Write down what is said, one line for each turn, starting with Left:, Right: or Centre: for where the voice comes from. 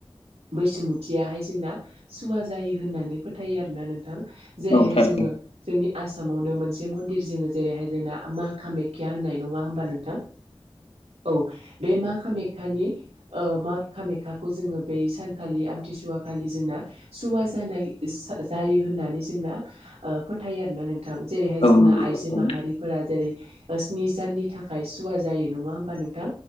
Right: बैसुमुथियाहाय जोंना सुवा जायो होननानै फोथायो आरोना नोंथां। जेरैहाय
Left: औ थारैनो
Right: जोंङो जोंनि आसामावनो मोनसे मोनसे मन्दिर जोंङो जेरैहाय जोंना मा कामाखाख्या होननाय नङा होमबा नोंथां? औ बे मा कामाख्याानि ओ मा कामाख्याखौ जोंङो बै सानखालि आमथिसुवा खालि जोंना सुवा जानाय सा जायो होननानै जोंना ओ फोथायो आर ना नोंथां। जेरै जोंना
Left: औ नंगौ
Right: आइजो
Left: थारैनो
Right: माहारिफोरा जेरै स्नि साननि थाखाय सुवा जायो नङा होमबा नोंथां